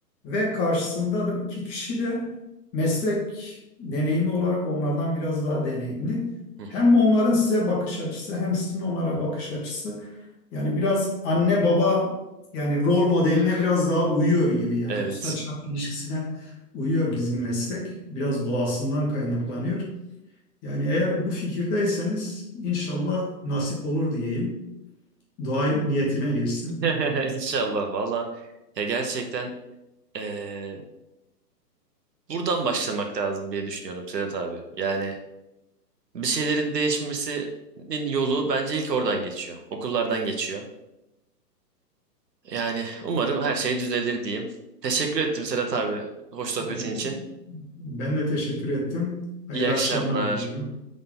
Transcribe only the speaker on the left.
ve karşısında da iki kişi de meslek deneyimi olarak onlardan biraz daha deneyimli.
Hem onların size bakış açısı hem sizin onlara bakış açısı yani biraz anne baba yani rol modeline biraz daha uyuyor gibi yani
usta çırak ilişkisine uyuyor bizim meslek. Biraz doğasından kaynaklanıyor. Yani eğer bu fikirdeyseniz inşallah nasip olur diyeyim. Dua niyetine geçsin.
Ee,
Ben de teşekkür ettim. Hayırlı
akşamlar diliyorum.